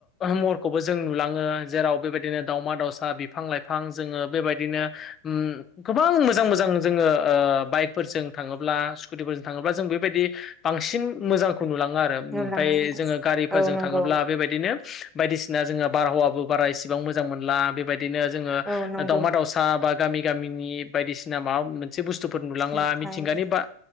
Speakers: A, on the left; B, in the centre.
A: महरखौबो जों नुलाङो जेराव बेबायदिनो दावमा दावसा बिफां लाइफां जोङो बेबायदिनो उम गोबां मोजां मोजां जोङो ओ बाइकफोरजों थाङोब्ला स्कुटिफोरजों थाङोब्ला जों बेबायदि बांसिन मोजांखौ नुलाङो आरो
B: औ
A: ओमफाय
B: लाङो
A: जोङो गारिफोरजों
B: औ नंगौ
A: थाङोब्ला बेबायदिनो बायदिसिना जोङो बारहावाबो बारा इसेबां मोजां मोनला बेबायदिनो जोङो
B: औ नंगौ
A: ओ दावमा दाउसा बा गामि गामिनि बायदिसिना माबा मोनसे बुस्थुफोर नुलांला
B: ओमफ्राय
A: मिथिंगानि बा